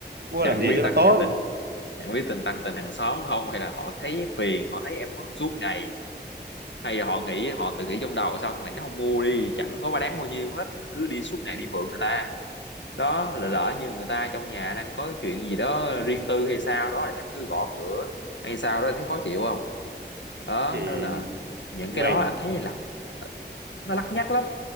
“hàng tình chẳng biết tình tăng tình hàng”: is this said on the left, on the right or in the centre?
Left